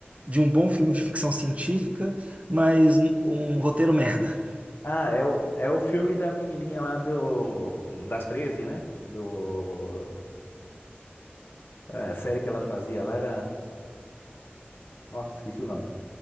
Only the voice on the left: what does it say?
Ah, é o, é o filme da menininha lá do, das 13, né? Do, é, a série que ela fazia lá era, nossa, esqueci o nome.